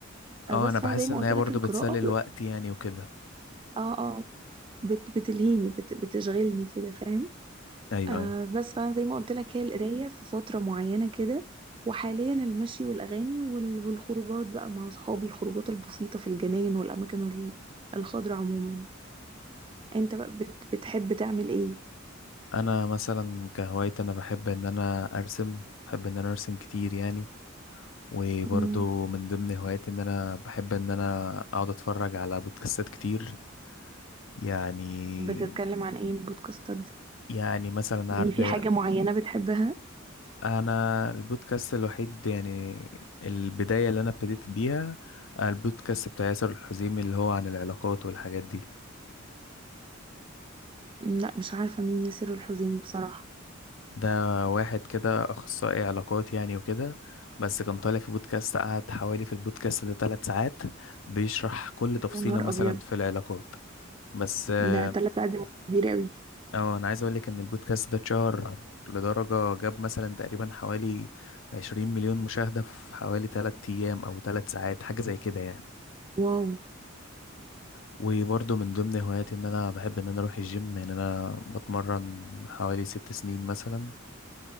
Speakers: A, on the left (about 70°); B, on the right (about 25°).
A: اه
B: آه، بس
A: انا بحس
B: فانا زي ما
A: ان
B: قلت
A: هي
B: لك
A: برضو
B: القراءة
A: بتسلي الوقت يعني وكده
B: اه اه بت بتلهيني بت بتشغلني كده فاهم
A: ايوه
B: آه
A: ايوه
B: بس فانا زي ما قلت لك هي القرايه في فتره معينه كده وحاليا المشي والاغاني وال والخروجات بقى مع اصحابي الخروجات البسيطه في الجناين والاماكن ال- الخضراء عموما انت بقى بت بتحب تعمل ايه
A: انا مثلا كهوايتي انا بحب ان انا ارسم بحب ان انا ارسم كتير يعني وبرضو
B: مم.
A: من ضمن هواياتي ان انا بحب ان انا اقعد اتفرج على بودكاستات كتير يعني
B: بتتكلم عن ايه البودكاستات دي
A: يعني مثلا
B: يعني
A: عارف
B: في
A: ايه
B: حاجه معينه بتحبها
A: انا البودكاست الوحيد يعني البداية اللي انا ابتديت بيها البودكاست بتاع ياسر الحزيمي اللي هو عن العلاقات والحاجات دي
B: مم، لا مش عارفه مين ياسر الحزيمي بصراحه
A: ده واحد كده اخصائي علاقات يعني وكده بس كان طالع في بودكاست قعد حوالي في البودكاست ده ثلاث ساعات بيشرح كل تفصيلة
B: يا نهار
A: مثلا
B: ابيض
A: في العلاقات بس اه
B: ده تلات قاعدين كبير قوي
A: آه، انا عايز اقول لك ان البودكاست ده اتشهر لدرجة جاب مثلا تقريبا حوالي عشرين مليون مشاهدة في حوالي تلات ايام او تلات ساعات حاجة زي كده يعني
B: واو
A: وبرضه من ضمن هواياتي ان انا بحب ان انا اروح الجيم يعني انا بتمرن حوالي ست سنين مثلا